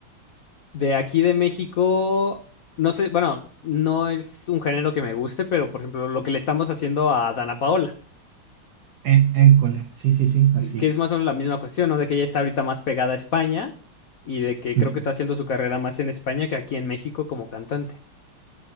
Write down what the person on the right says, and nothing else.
Eh, école, sí, sí, sí, así.
Ujú.